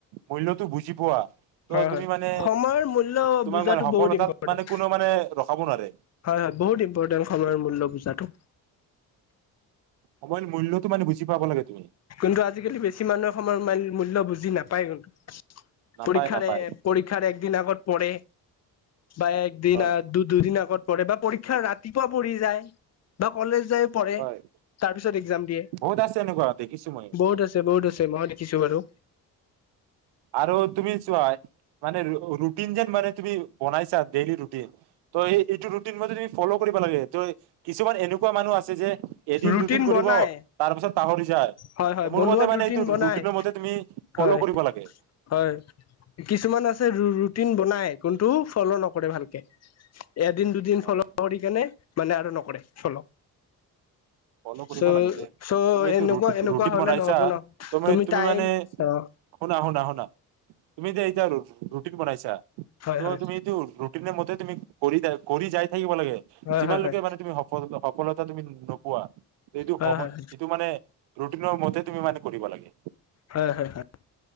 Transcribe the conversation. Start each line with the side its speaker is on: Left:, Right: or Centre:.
Right: মূল্যটো বুজি পোৱা ত
Left: হয়
Right: তুমি
Left: হয়
Right: মানে
Left: সময়ৰ মূল্য
Right: তোমাক
Left: বুজাটো
Right: মানে সফলতাত
Left: ব বহুত ইম্পৰটেন্ট
Right: মানে কোনো মানে ৰখাব নোৱাৰে
Left: হয় হয় বহুত ইম্পৰটেণ্ট সময়ৰ মূল্য বুজাটো।
Right: সময় মূল্যটো মানে বুজি পাব লাগে তুমি
Left: কিন্তু আজিকালি বেছি মানুহে সময়ৰ মূল্য বুজি নাপায় কিন্তু
Right: নাপায়
Left: পৰীক্ষাৰ
Right: নাপায়
Left: পৰীক্ষাৰ একদিন আগত পঢ়ে বা একদিন
Right: হয়
Left: দু দুদিন আগত পৰীক্ষা ৰাতিপুৱা পঢ়ি যায় বা কলেজ যাই পঢ়ে
Right: হয়
Left: তাৰ পিছত একজাম দিয়ে
Right: বহুত আছে এনেকুৱা দেখিছো মই
Left: বহুত আছে বহুত আছে মই দেখিছো বাৰু
Right: আৰু তুমি তোৱাই মানে ৰুটিন যেন মানে তুমি বনাইছা ডেইলি ৰুটিন, ত এইটো ৰুটিন মতে তুমি ফ'ল' কৰিব লাগে ত কিছুমান এনেকুৱা মানুহ আছে যে, এদিন
Left: ৰুটিন
Right: দুদিন কৰিব
Left: বনাই
Right: তাৰ পাছত পাহৰি যায়
Left: হয় হয়
Right: মোৰ
Left: বনোৱাত
Right: মতে মানে
Left: ৰুটিন
Right: এইটো
Left: বনাই
Right: ৰুটিনৰ মতে তুমি ফল'
Left: হয়
Right: কৰিব লাগে।
Left: হয় কিছুমান আছে ৰুটিন বনাই কোনটো ফল' নকৰে ভালকে। এদিন দুদিন
Right: হয়
Left: ফল কৰি কেনে মানে আৰু নকৰে ফল
Right: ফল' কৰিব
Left: চ'
Right: লাগে যে
Left: চ'
Right: তুমি এইটো
Left: এনেকুৱা এনেকুৱা
Right: ৰুটিত
Left: হলে
Right: বনাইছা,
Left: নহ'ব ন
Right: তুমি তুমি
Left: টাইম
Right: মানে
Left: অ
Right: শুনা শুনা শুন না তুমি যে এতিয়া ৰুটিন বনাইছা।
Left: হয়
Right: ত'
Left: হয়
Right: তুমি এইটো ৰুটিনৰ মতে তুমি কৰি কৰি যায়। থাকিব লাগে
Left: হয়
Right: যিমান
Left: হয়
Right: লোকে
Left: হয়
Right: মানে তুমি সফল সফলতা তুমি ন- পোৱা এইটো
Left: হয়
Right: সময়
Left: হয়
Right: এইটো মানে ৰুটিনৰ মতে তুমি মানে কৰিব লাগে।
Left: হয় হয় হয়